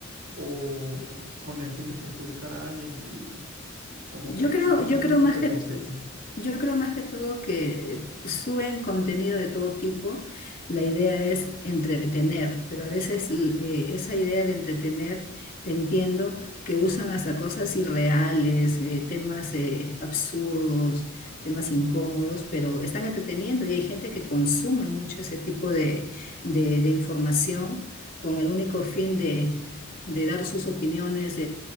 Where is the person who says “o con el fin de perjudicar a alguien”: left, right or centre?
Right